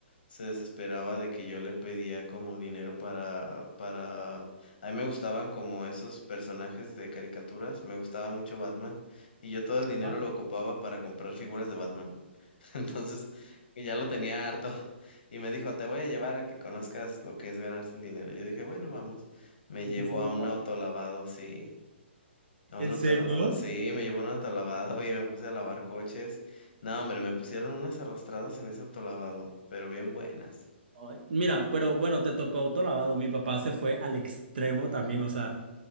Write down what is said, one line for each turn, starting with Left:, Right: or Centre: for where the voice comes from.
Left: se desesperaba de que yo le pedía como dinero para, para, a mí me gustaban como esos personajes de caricaturas, me gustaba mucho Batman y yo todo el dinero
Right: Ajá.
Left: lo ocupaba para comprar figuras de Batman. <laughs> Entonces, y ya lo tenía harto y me dijo, te voy a llevar a que conozcas lo que es ganarse el dinero. Yo dije, bueno, vamos. Me
Right: Lo
Left: llevó
Right: que es la vida
Left: a un
Right: laboral.
Left: autolavado, sí. A
Right: ¿En
Left: un autolavado.
Right: serio?
Left: Sí, me llevó a un autolavado y me puse a lavar coches. No, hombre, me pusieron unas arrastradas en ese autolavado, pero bien buenas.
Right: Ay, Mira, pero bueno, te tocó autolavado. Mi papá se fue al extremo también, o sea,